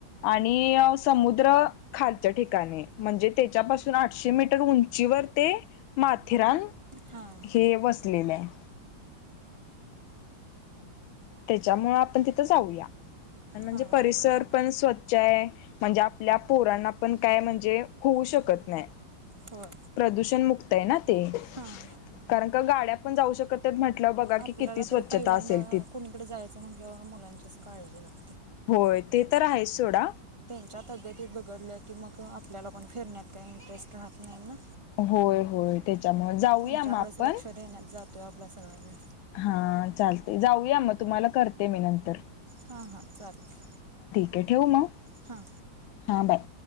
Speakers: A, on the left; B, on the right.
A: आणि समुद्र खालच्या ठिकाणी म्हणजे त्याच्यापासून आठ आठशे मीटर उंचीवर ते माथेरान
B: हां
A: हे वसलेले आहे त्याच्यामुं आपण तिथं जाऊया आणि म्हणजे
B: हां
A: परिसर पण स्वच्छ आहे म्हणजे आपल्या पोरांना पण काय म्हणजे होऊ शकत नाही
B: होय
A: प्रदूषण मुक्त आहे ना ते
B: हां
A: कारण का गाड्या पण जाऊ शकत बघा
B: आपल्याला
A: की किती स्वच्छता
B: तरी पहिल्यांदा
A: असेल
B: कुणीकडे जायचं म्हटल्यावर मुलांचीच काळजी लागते
A: होय ते तर आहेच सोडा
B: च्या तब्येती बघडल्या की मग आपल्याला पण फिरण्यात काही इंटरेस्ट राहत नाही ना
A: होय होय त्याच्यामु जाऊया
B: त्यांच्याकडेच
A: मग आपण
B: लक्ष देण्यात जातो आहे आपला सांला आहे
A: हा चालते जाऊया मग तुम्हाला करते मी नंतर
B: हा हा चालेल
A: ते ठेव मग
B: हा
A: हां बाय